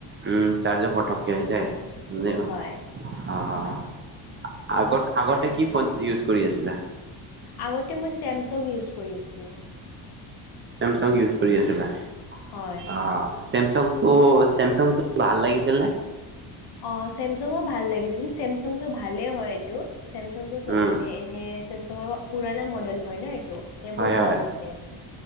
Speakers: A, on the right (about 25°); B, on the left (about 55°).
A: উম চাৰ্জো পটকে হৈ যায় নিল
B: হয়
A: অঁ অঁ আগত আগতে
B: আৰু
A: কি ফোন ইউজ কৰি আছ লা
B: আগতে মই চেমচং ইউজ কৰি আছিলো
A: চামচং ইউজ কৰি আছিলা
B: হয়
A: অ। ছেমছাংটো ছেমছাংটো ভাল লাগিছিল নে?
B: অ ছেমছংও ভাল লাগিছিল ছেমছং টো ভালেই হয় এইটো ছেমছংটো
A: উম
B: মানে এনে ছেমছংৰ পুৰণা মডেল হয় ন এইটো। সেইবোৰ
A: হয়
B: ভাল
A: হয়
B: থাকে